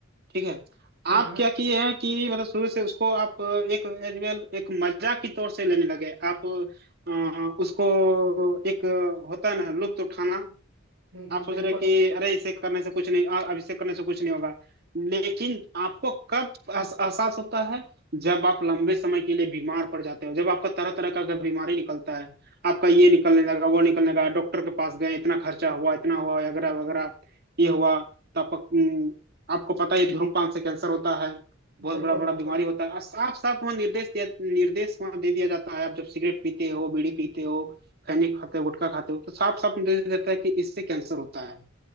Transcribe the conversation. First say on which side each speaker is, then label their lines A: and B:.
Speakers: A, on the right; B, on the right.
A: ठीक है
B: हाँ
A: आप
B: हाँ
A: क्या किए हैं कि मतलब शुरू से उसको आप एक एज वेल एक मजाक की तौर से लेने लगे आप अ, उसको एक होता है ना लुत्फ उठाना
B: हम्म
A: आप
B: हम्म
A: सोच
B: बिल्कुल
A: रहे हैं कि अरे इसे करने से कुछ नहीं अ- अब इसे करने से कुछ नहीं होगा लेकिन आपको कब एहस- एहसास होता है जब आप लंबे समय के लिए बीमार पड़ जाते हो जब आपका तरह तरह का अगर बीमारी निकलता है आपका ये निकलने लगा वो निकलने लगा डॉक्टर के पास गए इतना खर्चा हुआ इतना हुआ वगैरह वगैरह ये हुआ तो आपको हम्म, आपको पता है धूम्रपान से कैंसर होता है बहुत
B: बिल्कुल
A: बड़ा बड़ा
B: बिल्कुल
A: बीमारी होता है साफ साफ वहाँ निर्देश दिया निर्देश वहाँ दे दिया जाता है आप जब सिगरेट पीते हो बीड़ी पीते हो खैनी खाते हो गुटखा खाते हो तो साफ साफ निर्देश देता है कि इससे कैंसर होता है